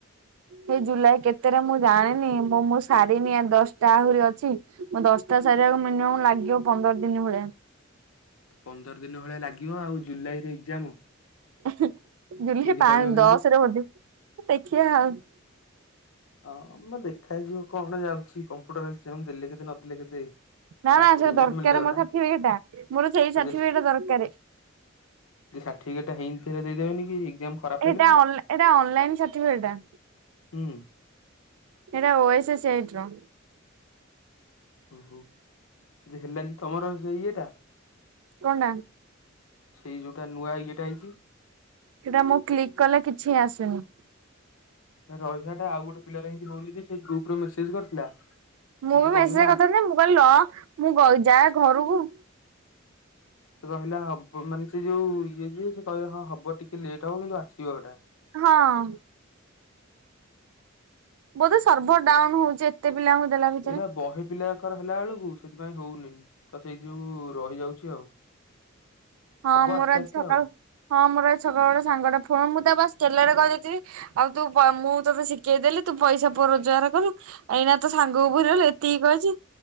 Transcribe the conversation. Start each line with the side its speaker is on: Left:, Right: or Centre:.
Right: ସେଇ ଜୁଲାଇ କେତେ ରେ ମୁଁ ଜାଣିନି ମୁଁ ମୁଁ ସାରିନି ଆ ଦଶଟା ଆହୁରି ଅଛି। ମୋ ଦଶଟା ସାରିବାକୁ ମିନିମମ୍ ଲାଗିବ ପନ୍ଦର ଦିନ ଭଳିଆ।
Left: ପନ୍ଦର ଦିନ ଭଳିଆ ଲାଗିବ ଆଉ ଜୁଲାଇରେ ଏକ୍ଜାମ।
Right: ର୍ହୁ ଜୁଲାଇ
Left: କେମିତି
Right: ପାଞ୍ଚ
Left: କରିବ କେମିତି?
Right: ଦଶରେ ବୋଧେ ଦେଖିବା ଆଉ।
Left: ହଁ ମ ଦେଖା ଯିବ କଣ ଯାଉଛି କମ୍ପ୍ୟୁଟର ଏକ୍ସଯାମ୍ ଦେଲେ କେତେ ନଦେଲେ କେତେ।
Right: ନା
Left: ସାର୍ଟିଫିକେଟ
Right: ନା ସେଟା ଦରକାରେ
Left: ମିଳିଗଲା
Right: ମୋର ସାର୍ଟିଫିକେଟ ଟା ମୋର ସେଇ
Left: ଆଉ
Right: ସାର୍ଟିଫିକେଟା ଦରକାରେ।
Left: ସାର୍ଟିଫିକେଟ୍ ଟା ହେଇଥିରେ ଦେଇଦେବେନି କି। ଏକ୍ଜାମ ଖରାପ
Right: ଏଇଟା
Left: ହେଲେ ବି।
Right: ଏଇଟା ଅନଲାଇନ ସାର୍ଟିଫିକେଟ୍ ଟା।
Left: ହୁଁ
Right: ସେଇଟା ଓ ଏସ୍ ସେଟ୍ ର।
Left: ଓହୋ ଯେ ହେଲାନି ତମର ସେ ଇଏ ଟା।
Right: କଣଟା
Left: ସେଇ ଯୋଉଟା ନୂଆ ଇଏଟା ହେଇଛି।
Right: ସେଇଟା ମୁଁ କ୍ଲିକ୍ କଲେ କିଛି ଆସୁନି।
Left: ରହିବା ଟା ଆଉ ଗୋଟେପିଲା ର ଏମିତି ହଉନି ଯେ ସେଇ ଗ୍ରୁପରେ ମେସେଜ କରିଥିଲା। ସେ
Right: ମୁଁ ବି
Left: କହୁଥିଲା
Right: ମେସେଜ କରିଥାନ୍ତି ମୁଁ କହିଲି ରହ ମୁଁ ଯାଏ ଘରକୁ।
Left: ସେ କହିଲା ହବ ମାନେ ସେ ଯୋଉ ଇଏ ଯିବେ ସେ କହିଲେ ହଁ ହବ ଟିକେ ଲେଟ୍ ହବ କିନ୍ତୁ ଆସିବ ସେଇଟା
Right: ହଁ ବୋଧେ ସର୍ଭର ଡାଉନ ହଉଛି। ଏତେପିଲାଙ୍କୁ ଦେଲା ଭିତରେ
Left: ଏଇଟା ବହେ ପିଲାଙ୍କର ହେଲା ବେଳକୁ ସେଥିପାଇଁ ହଉନି ତ ସେଇ ଯୋଗୁ ରହିଯାଉଛି ଆଉ।
Right: ହଁ
Left: ହବ
Right: ମୋର
Left: ଆସ୍ତେ
Right: ଆଜି
Left: ଆସ୍ତେ
Right: ସକାଳ
Left: ଆଉ
Right: ହଁ ମୋର ଆଜି ସକାଳୁ ଗୋଟେ ସାଙ୍ଗଟେ ଫୋନ ମୁଁ ତାକୁ ଗେଲ୍ହରେ କହିଦେଇଚି ଆଉ ତୁ ମୁଁ ତୋତେ ଶିଖେଇଦେଲି ତୁ ପଇସା ରୋଜଗାର କଲୁ। ଏଇନା ତୋ ସାଙ୍ଗକୁ ଭୁଲିଗଲି ଏତିକି କହିଛି